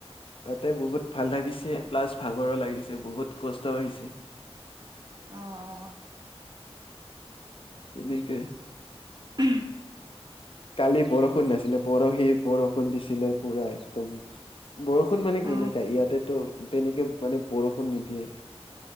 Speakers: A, on the left; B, on the right.
A: তাতে বহুত ভাল লাগিছে, প্লাছ ভাগৰো লাগিছে, বহুত কষ্টও হৈছে।
B: অ', অ'।
A: তেনেকেই।
B: উম
A: কালি বৰষুণ নাছিলে, পৰহি বৰষুণ দিছিলে পুৰা একদম। বৰষুণ মানে কেনেকা
B: অ
A: ইয়াতেতো তেনেকে মানে বৰষুণ নিদিয়ে।